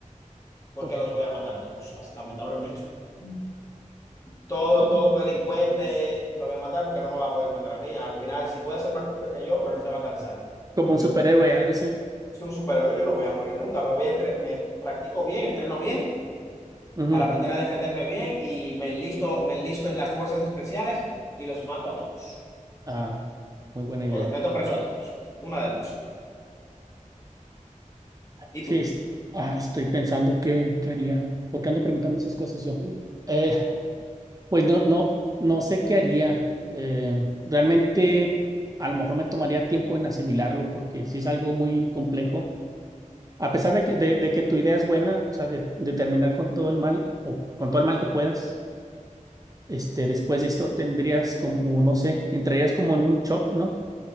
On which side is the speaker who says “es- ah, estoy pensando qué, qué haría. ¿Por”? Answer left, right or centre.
Right